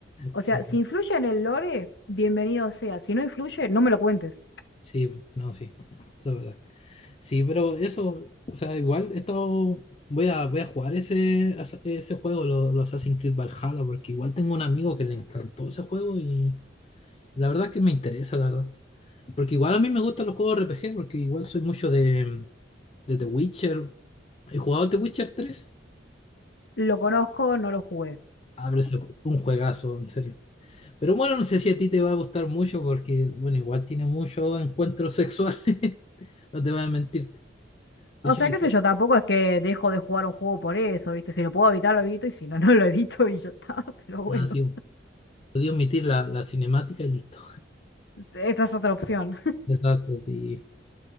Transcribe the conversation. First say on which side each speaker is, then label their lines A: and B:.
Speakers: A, on the left (about 60°); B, on the left (about 30°).
A: o
B: Sí,
A: sea, si influye en el lore, bienvenido sea. Si no influye, no me lo cuentes.
B: sí, no, sí, la verdad. Sí, pero eso, o sea, igual he estado, voy a, voy a jugar ese, as- ese juego, lo- los Assassin's Creed Valhalla, porque igual tengo un amigo que le encantó ese juego y la verdad es que me interesa, la verdad. Porque igual a mí me gustan los juegos R P G porque igual soy mucho de, de The Witcher. He jugado The Witcher tres
A: Lo conozco, no lo jugué.
B: Ah, pero es un juegazo, en serio. Pero bueno, no sé si a ti te va a gustar mucho, porque, bueno, igual tiene muchos encuentros sexuales, <laughs> no te voy a mentir. De
A: O
B: hecho,
A: sea,
B: el
A: qué
B: juego-
A: sé yo, tampoco es que dejo de jugar un juego por eso, ¿viste? Si lo puedo evitar, lo evito, y si no, <laughs> no lo evito y ya está. <laughs> Pero bueno,
B: ah, sí, podía omitir la, la cinemática y listo.
A: esa es otra opción.
B: Exacto, sí.